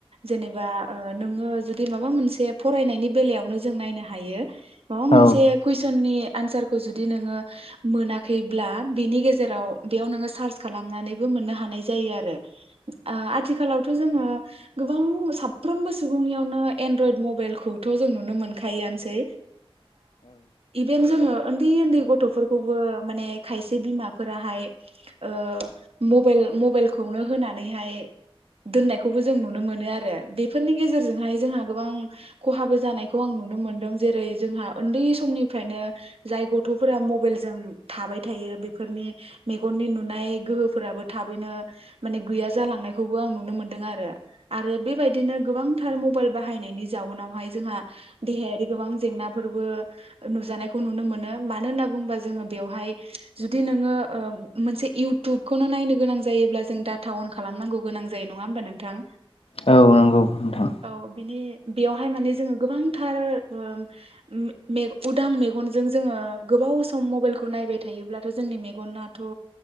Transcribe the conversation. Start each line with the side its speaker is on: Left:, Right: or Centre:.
Right: जेनेब बा ओ नोङो जुदि माबा मोनसे फरायनायनि बेलायावनो जों नायनो हायो माबा मोनसे
Left: औ
Right: कुइसननि एनसार खौ जुदि नोङो मोनाखैब्ला बिनि गेजेराव बेयाव नोङो सार्च खालामनानैबो मोननो हानाय जायो आरो आथिखालावथ' जोङो गोबां साब साफ्रोमबो सुबुंनियावनो एनड्रयड मबाइल खौथ' जों नुनो मोनखायोआनोसै इभेन जोङो ओन्दै ओन्दै गथ'फोरखौबो माने खायसे बिमाफोराहाय ओ मबाइल मबाइलखौनो होनानैहाय दोननायखौबो जों नुनो मोनो आरो बे फोरनि गेजेरजोंहाय जोंहा गोबां खहाबो जानायखौ आं नुनो मोनदों जेरै जोंहा ओन्दै समनिफ्रायनो जाय गथ'फोरा मबाइलजों थाबाय थायो बेफोरनि मेगननि नुनाय गोहोफोराबो थाबैनो माने गैया जालांनायखौबो आं नुनो मोनदों आरो आरो बेबायदि दिनो गोबांथार मबाइल बाहायनायनि जाउनावहाय जोंहा देहायारि गोबां जेंनाफोरबो नुजानायखौ नुनो मोनो मानो होनना बुंङोबा जोङो बेवहाय जुदि नोङो ओ मोनसे इउथुबखौनो नायनो गोनां जायोब्ला जों डाटा अन खालामनांगौ गोनां जायो नङा होमबा नोंथां?
Left: औ नंगौ नोंथां
Right: औ बिनि बेयावहाय माने जोङो गोबांथार ओ उम उदां मेगनजों जोङो गोबाव सम मबाइलखौ नायबाय थायोब्लाथ' जोंनि मेगनाथ'